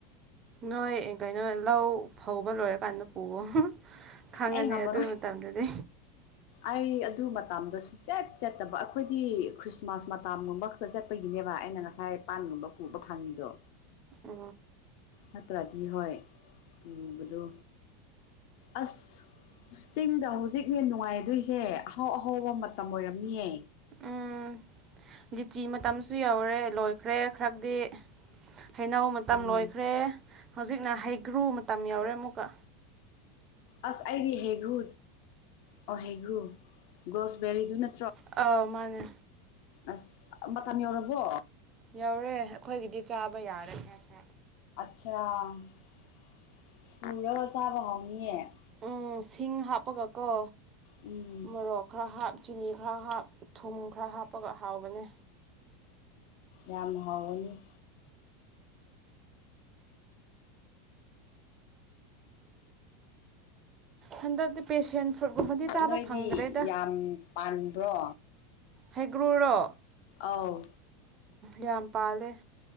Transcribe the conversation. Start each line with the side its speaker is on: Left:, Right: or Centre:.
Right: ꯅꯣꯏ ꯀꯩꯅꯣ ꯂꯧ ꯐꯧꯕ ꯂꯣꯏꯔꯀꯥꯟꯗ ꯄꯨꯑꯣ ꯈꯪꯉꯅꯤ
Left: ꯑꯩ ꯉꯝꯃꯔꯣꯏ
Right: ꯑꯗꯨꯒꯤ ꯃꯇꯝꯗꯗꯤ
Left: ꯑꯩ ꯑꯗꯨ ꯃꯇꯝꯗ ꯁꯨꯡꯆꯠ ꯆꯠꯇꯕ ꯑꯩꯈꯣꯏꯗꯤ ꯈ꯭ꯔꯤꯁꯃꯥꯁ ꯃꯇꯝꯃꯛꯇ ꯆꯠꯄꯒꯤꯅꯦ ꯑꯦꯕ ꯑꯩꯅ ꯉꯁꯥꯏ ꯄꯥꯟꯒꯨꯝꯕ ꯄꯨꯕ ꯐꯪꯉꯤꯗꯣ
Right: ꯑ
Left: ꯅꯠꯇ꯭ꯔꯗꯤ ꯍꯣꯏ ꯄꯨꯕꯗꯨ ꯑꯁ ꯆꯤꯡꯗ ꯍꯧꯖꯤꯛꯅꯦ ꯅꯨꯡꯉꯥꯏꯗꯣꯏꯁꯦ ꯑꯍꯥꯎ ꯑꯍꯥꯎꯕ ꯃꯇꯝ ꯑꯣꯏꯔꯝꯅꯤꯌꯦ
Right: ꯎꯝ ꯂꯤꯆꯤ ꯃꯇꯝꯁꯨ ꯌꯧꯔꯦ ꯂꯣꯏꯈ꯭ꯔꯦ ꯈꯔꯗꯤ ꯍꯩꯅꯧ ꯃꯇꯝ
Left: ꯎꯝ
Right: ꯂꯣꯏꯈ꯭ꯔꯦ ꯍꯧꯖꯤꯛꯅ ꯍꯩꯒ꯭ꯔꯨ ꯃꯇꯝ ꯌꯥꯎꯔꯦ ꯑꯃꯨꯛꯀ
Left: ꯑꯁ ꯑꯩꯗꯤ ꯍꯩꯒ꯭ꯔꯨ ꯑꯣ ꯍꯩꯒ꯭ꯔꯨ ꯒ꯭ꯔꯣꯁꯕꯦꯔꯤꯗꯨ ꯅ
Right: ꯑ ꯃꯥꯅꯦ
Left: ꯑꯁ ꯃꯇꯝ ꯌꯧꯔꯕꯣ
Right: ꯌꯧꯔꯦ ꯑꯩꯈꯣꯏꯒꯤꯗꯤ ꯆꯥꯕ ꯌꯥꯔꯦ ꯈꯔ
Left: <unintelligible> ꯥꯍꯥꯎꯅꯤꯌꯦ
Right: ꯎꯝ ꯁꯤꯡ ꯍꯥꯞꯄꯒꯀꯣ
Left: ꯎꯝ
Right: ꯃꯣꯔꯣꯛ ꯈꯔ ꯍꯥꯞ ꯆꯤꯅꯤ ꯈꯔ ꯍꯥꯞ ꯊꯨꯝ ꯈꯔ ꯍꯥꯞꯄꯒ ꯍꯥꯎꯕꯅꯦ
Left: ꯌꯥꯝ ꯍꯥꯎꯅꯤ
Right: ꯍꯟꯗꯗꯤ ꯄꯦꯁꯦꯟ ꯐ꯭ꯔꯨꯠꯀꯨꯝꯕꯗꯤ ꯆꯥꯕ
Left: ꯅꯣꯏꯗꯤ
Right: ꯐꯪꯗ꯭ꯔꯦꯗ
Left: ꯌꯥꯝ ꯄꯥꯟꯕ꯭ꯔꯣ
Right: ꯍꯦꯄ꯭ꯔꯨꯔꯣ
Left: ꯑꯧ
Right: ꯌꯥꯝ ꯄꯥꯜꯂꯦ